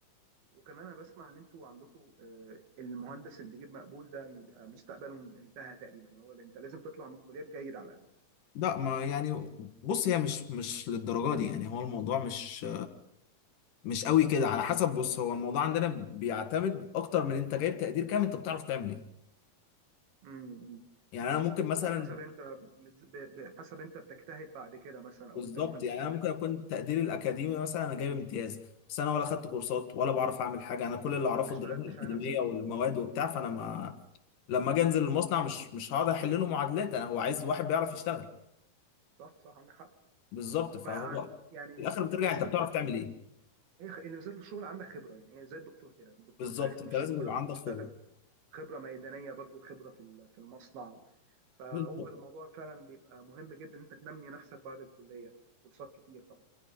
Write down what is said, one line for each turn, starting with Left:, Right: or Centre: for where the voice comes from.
Right: وكمان انا بسمع ان انتوا عندكم آه، المهندس اللي بيجيب مقبول ده بيبقى مستقبله انتهى تقريبا يعني هو انت لازم تطلع من الكليه بجيد على الاقل
Left: لا ما يعني بص هي مش مش للدرجه دي يعني هو الموضوع مش مش قوي كده على حسب بص هو الموضوع عندنا بيعتمد اكتر من انت جايب تقدير كام انت بتعرف تعمل ايه
Right: امم
Left: يعني انا ممكن مثلا
Right: على حسب انت متز- ب- ب- حسب انت بتجتهد بعد كده مثلا او
Left: بالظبط
Right: انت مهندس
Left: يعني
Right: شاطر
Left: انا ممكن اكون
Right: آه،
Left: تقديري الاكاديمي مثلا انا جايب امتياز بس انا ولا خدت كورسات ولا بعرف اعمل حاجه انا كل اللي اعرفه
Right: ما اشتغلتش
Left: الدراسه الاكاديميه
Right: على نفسك
Left: والمواد وبتاع فانا ما لما اجي انزل المصنع مش مش هقعد احل له معادلات انا هو عايز واحد بيعرف يشتغل
Right: صح صح عندك حق
Left: بالظبط فهو
Right: ما ع- يعني ال-
Left: في الاخر بترجع
Right: ال- بالذات
Left: انت بتعرف
Right: الكل-
Left: تعمل ايه
Right: هي خ- اللي بالذات الشغل عندك خبره يعني هي زي الدكتور كده الدكتور
Left: بالظبط
Right: في الاخر
Left: انت
Right: مش
Left: لازم
Right: مجرد
Left: يبقى عندك
Right: بيشتغل
Left: خبره
Right: خبره ميدانيه برضو خبره في ال- في المصنع فهو
Left: بالظبط
Right: الموضوع فعلا بيبقى مهم جدا ان انت تنمي نفسك بعد الكليه كورسات كتير طبعا